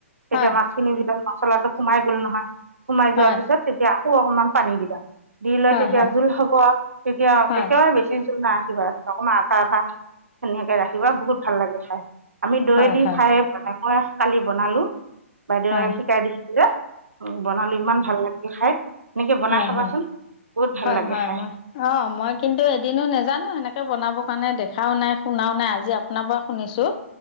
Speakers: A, on the right; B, on the left.
A: তেতিয়া
B: হয়
A: মাছখিনিৰ ভিতৰত মছলাটো সোমাই গ'ল নহয়। সোমাই
B: হয়
A: যোৱাৰ পিছত তেতিয়া আকৌ অকনমান পানী দিবা। দি লৈ
B: হয়
A: তেতিয়া জোল হ'ব, তেতিয়া
B: হয়
A: একেবাৰে বেছি জোল নাৰাখিবা অকণমান <unintelligible> ধুনীয়াকে ৰাখিবা বহুত ভাল লাগে খাই, আমি দৈ
B: হয়
A: দি
B: হয়
A: খাই মানে মই কালি বনালো বাইদেউৱে
B: হয় হয়
A: শিকাই দিছিল যে বনালো ইমান ভাল লাগে খাই এনেকে বনাই
B: হয়
A: খাবাচোন।
B: হয় হয়
A: বহুত ভাল
B: হয়
A: লাগে
B: হয়
A: খাই
B: মই অ মই কিন্তু এদিনো নেজানো সেনেকে বনাব। কাৰণে দেখাও নাই শুনাও নাই আজি আপোনাৰ পৰা শুনিছো।